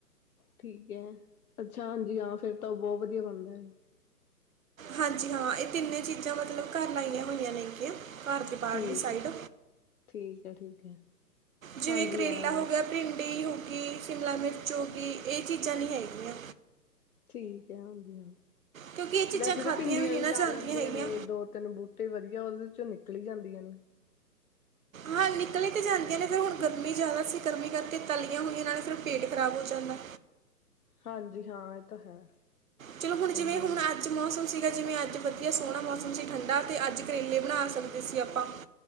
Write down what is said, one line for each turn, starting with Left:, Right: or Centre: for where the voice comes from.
Left: ਠੀਕ ਹੈ, ਅੱਛਾ ਹਾਂਜੀ ਹਾਂ, ਫੇਰ ਤਾਂ, ਉਹ ਬਹੁਤ ਵਧੀਆ ਬਣਦਾ ਹੈ।
Right: ਹਾਂਜੀ ਹਾਂ, ਇਹ ਤਿੰਨੇ ਚੀਜ਼ਾਂ ਮਤਲਬ, ਘਰ ਲਾਈਆਂ ਹੋਈਆਂ ਨੇਗੀਆਂ। ਘਰ ਦੇ ਬਾਹਰਲੀ
Left: ਠੀਕ
Right: ਸਾਈਡ
Left: -ਠੀਕ ਹੈ, ਠੀਕ ਹੈ।
Right: ਜਿਵੇਂ,
Left: ਹਾਂਜੀ
Right: ਕਰੇਲਾ
Left: ਹਾਂ
Right: ਹੋ ਗਿਆ, ਭਿੰਡੀ ਹੋ ਗਈ ਸ਼ਿਮਲਾ ਮਿਰਚ ਹੋ ਗਈ, ਇਹ ਚੀਜ਼ਾਂ ਨਹੀਂ ਹੈਗੀਆਂ।
Left: ਠੀਕ ਐ, ਹਾਂਜੀ ਹਾਂ
Right: ਕਿਉਂਕਿ ਇਹ ਚੀਜ਼ਾਂ
Left: ਵੈਸੇ ਤਾਂ
Right: ਖਾਧੀਆਂ
Left: ਭਿੰਦੀਆਂ
Right: ਨਹੀਂ
Left: ਵੀ
Right: ਨਾ
Left: ਲਾ
Right: ਜਾਂਦੀਆਂ
Left: ਲੈਂਦੇ
Right: ਹੈਗੀਆਂ
Left: ਨੇ ਦੋ ਤਿੰਨ ਬੂਟੇ ਤੇ ਵਧੀਆ ਉਦੇ ਚੋਂ ਨਿਕਲੀ ਜਾਂਦੀਆਂ ਨੇ
Right: ਹਾਂ ਨਿਕਲੀ ਤਾਂ ਜਾਂਦੀਆਂ ਨੇ ਫਿਰ ਹੁਣ ਗਰਮੀ ਜ਼ਿਆਦਾ ਸੀ ਗਰਮੀ ਕਰਕੇ ਤਲੀਆਂ ਹੋਈਆਂ ਨਾਲ ਫਿਰ ਪੇਟ ਖਰਾਬ ਹੋ ਜਾਂਦਾ।
Left: ਹਾਂਜੀ ਹਾਂ ਏ ਤਾਂ ਹੈ।
Right: ਚਲੋ ਹੁਣ
Left: ਸਹੀ
Right: ਜਿਵੇਂ
Left: ਗੱਲ
Right: ਹੁਣ
Left: ਹੈ।
Right: ਅ ਜ ਮੌਸਮ ਸੀਗਾ ਜਿਵੇਂ ਅੱਜ ਵਧੀਆ ਸੋਹਣਾ ਮੌਸਮ ਸੀ ਠੰਡਾ ਤੇ ਅੱਜ ਕਰੇਲੇ ਬਣਾ ਸਕਦੇ ਸੀ ਆਪਾਂ